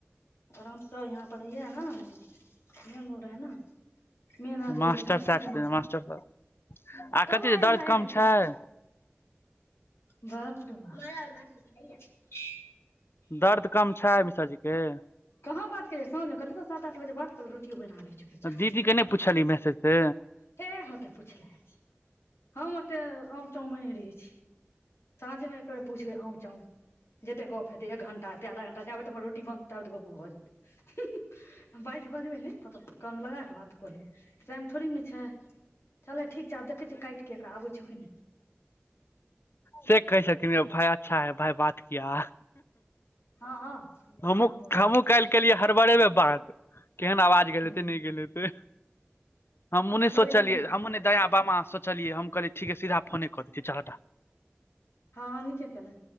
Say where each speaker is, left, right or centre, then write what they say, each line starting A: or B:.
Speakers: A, on the left; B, on the left.
A: आराम सँ यहाँ पर इ है न मेन रोड हैै न मेन अथी
B: मास्टर
A: झपसी
B: साहब छथिन
A: जेना छै
B: मास्टर
A: न
B: साहब आ
A: कब
B: कथी
A: आया लाया
B: दर्द कम
A: है साइकिल
B: छै
A: धत्त <unintelligible> मा आओर मस खइया <unintelligible>
B: दर्द कम छै मिश्ररजीे केँ
A: कहाँ बात केलियै साँझ मे कहलिय त सात आठ बजे बात करबै रोटियो बैन गेलै चुपेचाप
B: दीदी के नहि पूछली मैसेज से
A: फेर होतै पुछलहिन हम तै आम चाओं मारि रहै छै साँझेमे तै पूछबै आँव चांउ जते गप हेते एक घंटा हेतै आधा घंटा जाबे तख हमर रोटी बनतै ताबे तक मे गप भऽ जेतै बाज बजबै ने कान मे लगा के बात तऽ कहलहु टाइम थोड़े ने छै चलै ठीक छै आब देखै छियै काटि कऽ एकरा आबै छौ कि नहि
B: से कहै छथिन भाय अच्छा है भाय बात किया
A: हँ हँ
B: हमूँ
A: नहि बजै
B: हमहुँ
A: छै
B: काल्हि केलियै हरबरेमे बात केहन आवाज गेल
A: हूँ
B: हेतै नहि गेल हेतै हमहुँ नहि
A: अच्छा
B: सोचलियै
A: ओहि लए
B: हमहुँ नहि दायाँ बामाँ सोंचलियै हम कहलियै ठीके सीधा फोने कऽ दै छी चल हटा
A: हँ निके केेल